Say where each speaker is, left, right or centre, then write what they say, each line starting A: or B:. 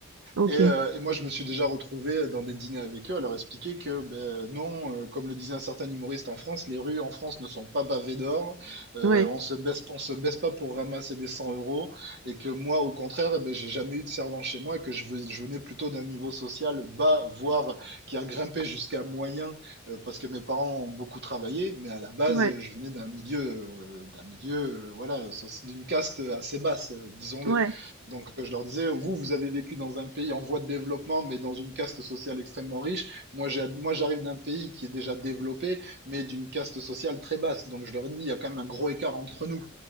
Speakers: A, on the right; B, on the right.
A: Ok.
B: Et, euh, et moi, je me suis déjà retrouvé dans des dîners avec eux à leur expliquer que ben, non, euh, comme le disait un certain humoriste en France, les rues en France ne sont pas pavées d'or, euh,
A: Ouais,
B: on se baisse, on se baisse pas pour ramasser des 100 euros, et que moi, au contraire, eh ben, j'ai jamais eu de servant chez moi, et que je, veux- je venais plutôt d'un niveau social bas, voire qui a grimpé jusqu'à moyen, euh, parce que mes parents ont beaucoup travaillé, mais à la base,
A: ouais,
B: je venais d'un milieu, euh, d'un milieu, euh, voilà, soci- d'une caste assez basse, euh, disons-le.
A: ouais.
B: Donc, euh, je leur disais, vous, vous avez vécu dans un pays en voie de développement, mais dans une caste sociale extrêmement riche. Moi, j'ai- moi, j'arrive d'un pays qui est déjà développé, mais d'une caste sociale très basse. Donc, je leur dis, il y a quand même un gros écart entre nous.